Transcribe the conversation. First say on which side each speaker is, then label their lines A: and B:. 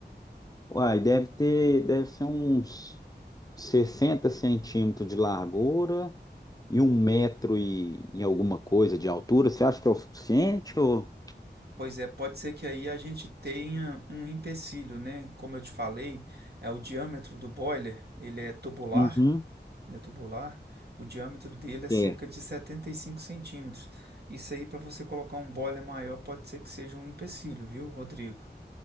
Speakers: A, on the left; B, on the right.
A: Uai, deve ter, deve ser uns 60 centímetros de largura e um metro e, e alguma coisa de altura. Você acha que é o suficiente ou...
B: Pois é, pode ser que aí a gente tenha um empecilho, né? Como eu te falei, é o diâmetro do boiler, ele é tubular,
A: Uhum,
B: ele é tubular. O diâmetro dele é cerca
A: é.
B: de 75 centímetros. Isso aí, para você colocar um boiler maior, pode ser que seja um empecilho, viu, Rodrigo?